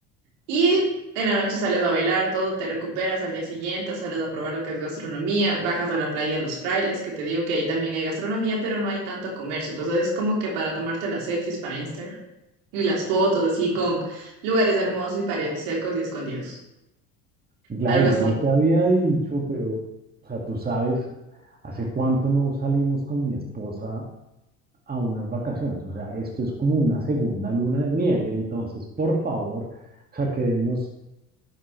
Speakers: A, on the right (about 75°); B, on the right (about 25°).
A: Y en la noche sales a bailar, todo, te recuperas al día siguiente, sales a probar lo que es gastronomía, bajas a la playa de los Frailes, que te digo que ahí también hay gastronomía, pero no hay tanto comercio. Entonces es como que para tomarte las selfies para Instagram y las fotos así con lugares hermosos y paradisíacos y escondidos.
B: Gladys,
A: Algo así.
B: yo no te había dicho, pero, o sea, tú sabes, hace cuánto no salimos con mi esposa a unas vacaciones. O sea, esto es como una segunda luna de miel. Entonces, por favor, o sea, quedemos